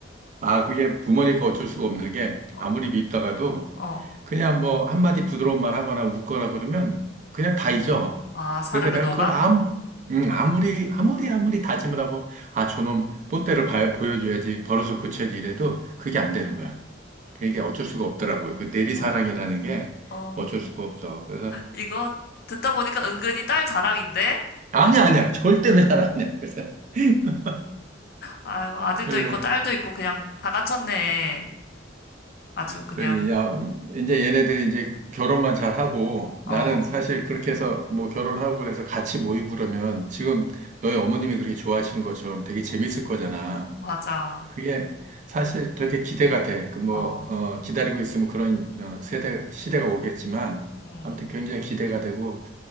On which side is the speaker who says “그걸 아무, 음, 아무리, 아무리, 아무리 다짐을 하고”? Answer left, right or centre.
Right